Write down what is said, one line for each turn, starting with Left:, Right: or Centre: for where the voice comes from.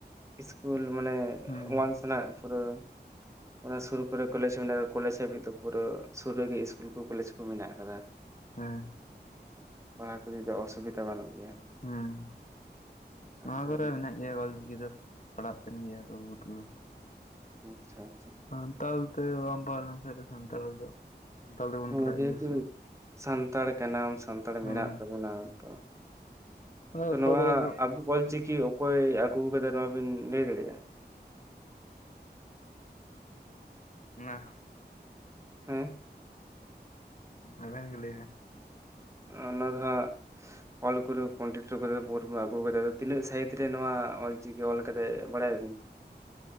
Right: ᱤᱥᱠᱩᱞ ᱢᱟᱱᱮ
Left: ᱦᱩᱸ
Right: ᱚᱣᱟᱱ ᱠᱷᱟᱱᱟᱜ ᱯᱩᱨᱟᱹ ᱚᱱᱟ ᱥᱩᱨᱩ ᱠᱚᱨᱮ ᱠᱚᱞᱮᱡᱽ ᱢᱮᱱᱟᱜ ᱠᱟᱫᱟ ᱠᱚᱞᱮᱡᱽ ᱦᱟᱹᱵᱤᱡ ᱫᱚ ᱯᱩᱨᱟᱹ ᱥᱩᱨ ᱨᱮᱜᱮ ᱤᱥᱠᱩᱞ ᱠᱚ ᱠᱚᱞᱮᱡᱽ ᱠᱚ ᱢᱮᱱᱟᱜ ᱠᱟᱫᱟ᱾
Left: ᱦᱮᱸ᱾
Right: ᱯᱟᱲᱦᱟᱣ ᱠᱚ ᱞᱤᱭᱮ ᱫᱚ ᱚᱥᱩᱵᱤᱫᱟ ᱵᱟᱹᱱᱩᱜ ᱜᱮᱭᱟ᱾
Left: ᱦᱩᱸ ᱱᱚᱣᱟ
Right: ᱦᱳᱭ
Left: ᱠᱚᱨᱮ ᱢᱮᱱᱟᱜ ᱜᱮᱭᱟ ᱚᱞᱪᱤᱠᱤ ᱫᱚ ᱯᱟᱲᱦᱟᱜ ᱛᱟᱦᱮᱱ ᱜᱮᱭᱟ ᱠᱚ <unintelligible> ᱠᱚᱫᱚ,
Right: ᱩᱸ ᱟᱪᱪᱷᱟ ᱟᱪᱪᱷᱟ᱾
Left: ᱥᱟᱱᱛᱟᱲ ᱛᱮ ᱵᱟᱢ ᱯᱟᱲᱦᱟᱣ ᱞᱮᱱᱠᱷᱟᱱ ᱫᱚ ᱥᱟᱱᱛᱟᱲᱛᱮ ᱫᱚ ᱥᱟᱱᱛᱟᱲ ᱛᱮᱵᱚᱱ
Right: ᱦᱮᱸ
Left: ᱯᱟᱲᱦᱟᱜ
Right: ᱡᱮᱦᱮᱛᱩ
Left: ᱜᱮᱭᱟ ᱥᱮ
Right: ᱥᱟᱱᱛᱟᱲ ᱠᱟᱱᱟᱢ ᱥᱟᱱᱛᱟᱲ
Left: ᱦᱩᱸ
Right: ᱢᱮᱱᱟᱜ ᱛᱟᱵᱚᱱᱟ ᱛᱚ
Left: ᱟᱫᱚ
Right: ᱛᱚ
Left: ᱚᱠᱚᱭ
Right: ᱱᱚᱣᱟ
Left: ᱠᱚᱫᱚ ᱠᱚ
Right: ᱟᱵᱚ ᱚᱞᱪᱤᱠᱤ ᱚᱠᱚᱭ ᱟᱹᱜᱩ ᱠᱟᱫᱟ ᱱᱚᱣᱟ ᱵᱤᱱ ᱞᱟᱹᱭ ᱫᱟᱲᱮᱭᱟᱜᱼᱟ?
Left: ᱚᱱᱟ
Right: ᱦᱮᱸ᱾
Left: ᱟᱵᱮᱱ ᱜᱮ ᱞᱟᱹᱭ ᱵᱮᱱ᱾
Right: ᱚᱱᱟ ᱫᱚ ᱦᱟᱸᱜ ᱚᱞ ᱜᱩᱨᱩ ᱯᱚᱸᱰᱤᱛ ᱨᱚᱜᱷᱩᱱᱟᱛᱷ ᱢᱩᱨᱢᱩ ᱟᱹᱜᱩ ᱟᱠᱟᱫᱟ ᱛᱤᱱᱟᱹᱜ ᱥᱟᱭᱤᱛ ᱨᱮ ᱱᱚᱣᱟ ᱚᱞ ᱪᱤᱠᱤ ᱚᱞ ᱠᱟᱫᱟᱭ ᱵᱟᱲᱟᱭᱟᱵᱤᱱ?